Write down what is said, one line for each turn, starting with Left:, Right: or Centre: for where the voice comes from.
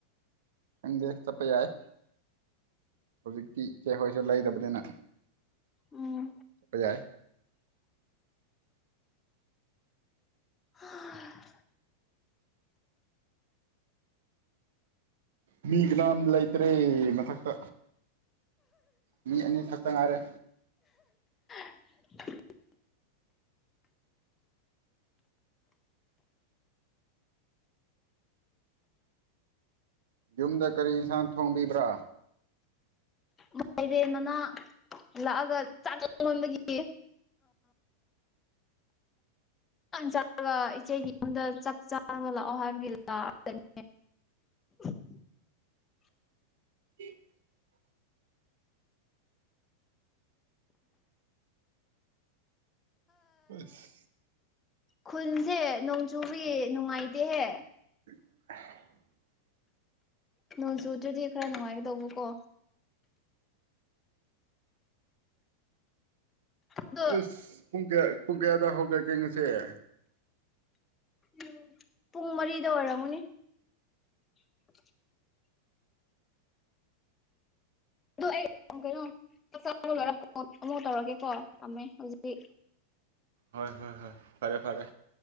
Right: ꯈꯪꯗꯦ ꯆꯠꯄ ꯌꯥꯏ ꯍꯧꯖꯤꯛꯇꯤ ꯏꯆꯦꯍꯣꯏꯁꯨ ꯂꯩꯗꯕꯅꯤꯅ꯫
Left: ꯎꯝ
Right: ꯄ ꯌꯥꯏ
Left: ꯍꯥ
Right: ꯃꯤ ꯀꯅꯥꯝ ꯂꯩꯇ꯭ꯔꯦ ꯃꯊꯛꯇ ꯃꯤ ꯑꯅꯤꯈꯛꯇ ꯉꯥꯏꯔꯦ꯫
Left: <inaudible>
Right: ꯌꯨꯝꯗ ꯀꯔꯤ ꯏꯟꯁꯥꯡ ꯊꯣꯡꯕꯤꯕ꯭ꯔꯥ꯫
Left: ꯃꯥꯏꯔꯦꯟ ꯃꯅꯥ ꯂꯥꯛꯑꯒ ꯆꯥꯛ ꯂꯥꯝꯃꯟꯕꯒꯤ ꯆ ꯏꯆꯦꯒꯤ ꯌꯨꯝꯗ ꯆꯥꯛ ꯆꯥꯕ ꯂꯥꯛꯑꯣ ꯍꯥꯏꯕꯒꯤ ꯂꯥꯛꯑꯅꯤ꯫ <inaudible>
Right: <inaudible> <unintelligible> ꯍꯁ
Left: ꯈꯨꯜꯁꯦ ꯅꯣꯡꯆꯨꯕꯒꯤ ꯅꯨꯡꯉꯥꯏ ꯇꯦꯍꯦ
Right: <inaudible>
Left: ꯅꯣꯡꯆꯨꯗ꯭ꯔꯗꯤ ꯈꯔ ꯅꯨꯡꯉꯥꯏꯒꯗꯧꯕꯀꯣ꯫ ꯑꯗꯣ
Right: ꯑꯁ ꯄꯨꯡ ꯀꯌꯥ ꯄꯨꯡ ꯀꯌꯥꯗ ꯍꯧꯒꯠꯀꯦ ꯉꯁꯤ꯫ ꯄꯦ
Left: ꯎꯝ ꯄꯨꯡ ꯃꯔꯤꯗ ꯑꯣꯏꯔꯝꯃꯅꯤ꯫ <inaudible> ꯑꯗꯨ ꯑꯩ ꯀꯩꯅꯣ ꯆꯥꯛ ꯆꯥꯕ ꯂꯣꯏꯔꯒ ꯑꯃꯨꯛ ꯇꯧꯔꯒꯦꯀꯣ ꯊꯝꯃꯦ ꯍꯧꯖꯤꯛ꯫
Right: ꯍꯣꯏ ꯍꯣꯏ ꯍꯣꯏ꯫ ꯐꯔꯦ-ꯐꯔꯦ꯫